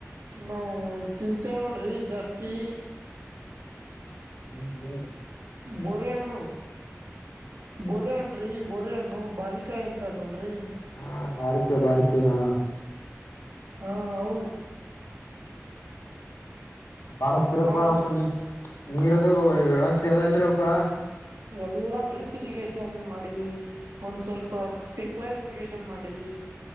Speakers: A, on the right (about 80°); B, on the left (about 75°).
A: ನಾವು ತಿಂತೇವ್ ನೋಡ್ರಿ ಜಾಸ್ತಿ.
B: ಎನ್ರಿ?
A: ಬೋರೆಹಣ್ಣು. ಬೊರೆ ಹಣ್ರೀ ಬೊರೆ ಹಣ್ಣು ಬಾರಿಕಾಯ್ ಅಂತಾರ ನೋಡ್ರಿ
B: ಹ ಬಾರಿಕಾಯಿ ಬಾರಿಕಾಯಿ ಹಾ.
A: ಹಾ ಅವು.
B: ಬಾಳಕ್ಕಿರಪ
A: ಅಷ್ಟ್
B: ಅವಕ ನೀ ನೀರದು ವ್ಯವಸ್ಥೆ ಅದಇಲ್ರಿ ಅವಕ್ಕ
A: ಎಲ್ಲಾ ಡ್ರಿಪ್ ಇರಿಗೇಶನ್ ಮಾಡಿ ಒಂದ್ ಸ್ವಲ್ಪ ಸ್ಪಿಂಕ್ ಕ್ಲಾರಿಫಿಕೇಶನ್ ಮಾಡಿವಿ.